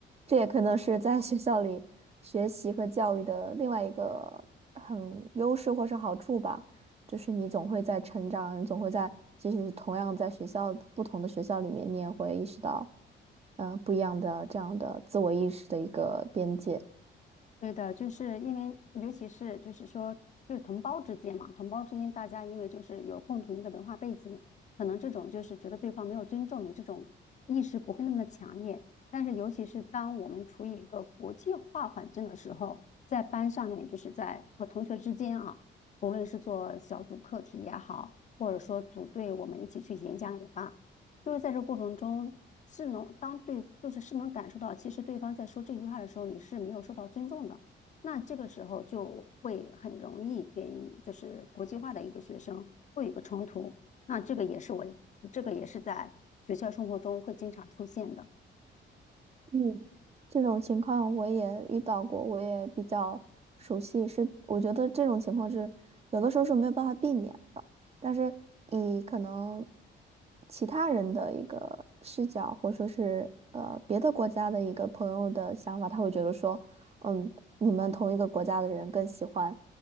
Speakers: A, on the right (about 30°); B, on the left (about 40°).
A: 这也可能是在学校里学习和教育的另外一个很优势或是好处吧，就是你总会在成长，你总会在，即使同样在学校不同的学校里面，你也会意识到，嗯、不一样的这样的自我意识的一个边界。
B: 对的，就是因为，尤其是就是说，就是同胞之间嘛，同胞之间大家因为就是有共同的文化背景，可能这种就是觉得对方没有尊重你这种意识不会那么的强烈。但是，尤其是当我们处于一个国际化环境的时候，在班上面，就是在和同学之间啊，无论是做小组课题也好，或者说组队我们一起去演讲也罢，就是在这过程中，是能当对，就是是能感受到，其实对方在说这句话的时候，你是没有受到尊重的。那这个时候就会很容易跟就是国际化的一个学生会有一个冲突。那这个也是我，这个也是在学校生活中会经常出现的。
A: 嗯，这种情况我也遇到过，我也比较熟悉。是，我觉得这种情况是有的时候是没有办法避免的，但是以可能其他人的一个视角，或者说是呃别的国家的一个朋友的想法，他会觉得说，嗯，你们同一个国家的人更喜欢